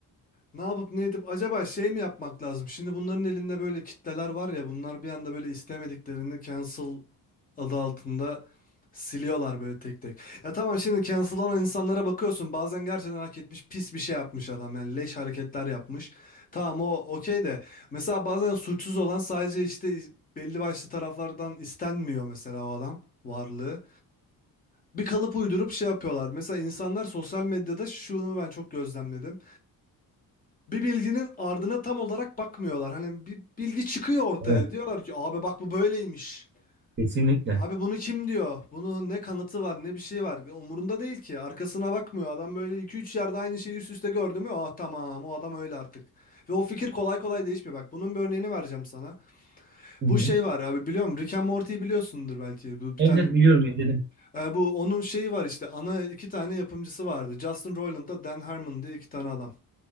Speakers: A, on the left; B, on the right.
A: Ne yapıp ne edip acaba şey mi yapmak lazım? Şimdi bunların elinde böyle kitleler var ya bunlar bir anda böyle istemediklerini cancel adı altında siliyorlar böyle tek tek. Ya tamam şimdi cancel olan insanlara bakıyorsun bazen gerçekten hak etmiş pis bir şey yapmış adam yani leş hareketler yapmış. Tamam o okey de mesela bazen suçsuz olan sadece işte belli başlı taraflardan istenmiyor mesela o adam varlığı. Bir kalıp uydurup şey yapıyorlar. Mesela insanlar sosyal medyada şunu ben çok gözlemledim bir bilginin ardına tam olarak bakmıyorlar. Hani bir bilgi çıkıyor ortaya.
B: Evet,
A: Diyorlar ki abi bak bu böyleymiş.
B: kesinlikle.
A: Abi bunu kim diyor? Bunun ne kanıtı var ne bir şey var. Umurunda değil ki. Arkasına bakmıyor. Adam böyle iki üç yerde aynı şeyi üst üste gördü mü? Ah tamam o adam öyle artık. Ve o fikir kolay kolay değişmiyor. Bak bunun bir örneğini vereceğim sana.
B: Hı
A: Bu
B: hı.
A: şey var abi biliyorum Rick and Morty'yi biliyorsundur belki. Bu bir
B: Evet,
A: tane
B: evet, biliyorum izledim.
A: e, bu onun şeyi var işte ana iki tane yapımcısı vardı. Justin Roiland'da Dan Harmon diye iki tane adam.